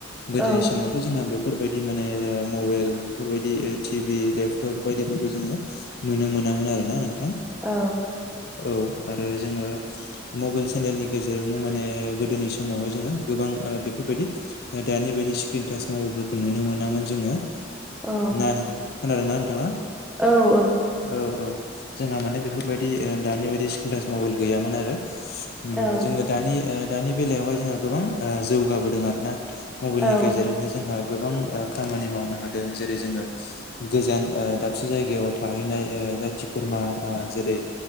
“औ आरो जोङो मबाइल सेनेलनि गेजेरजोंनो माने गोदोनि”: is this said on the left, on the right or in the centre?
Left